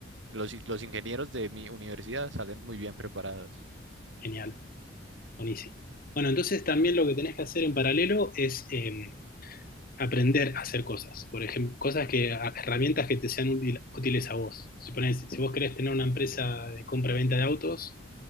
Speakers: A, on the right; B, on the left.
A: Los, i- los ingenieros de mi universidad salen muy bien preparados.
B: Genial, buenísimo. Bueno, entonces también lo que tenés que hacer en paralelo es eh, aprender a hacer cosas. Por ejemplo, cosas que, a- herramientas que te sean útil- útiles a vos. Si, ponés- si vos querés tener una empresa de compra-venta de autos,